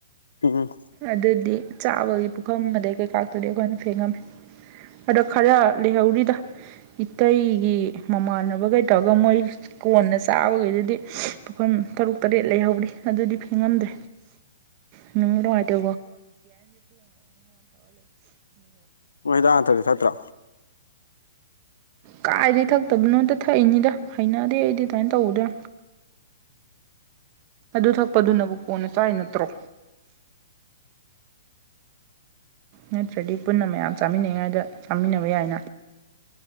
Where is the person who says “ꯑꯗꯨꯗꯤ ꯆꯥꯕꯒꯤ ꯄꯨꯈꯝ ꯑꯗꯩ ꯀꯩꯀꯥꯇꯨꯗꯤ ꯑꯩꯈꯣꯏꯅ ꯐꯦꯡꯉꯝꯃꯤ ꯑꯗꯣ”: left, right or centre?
Right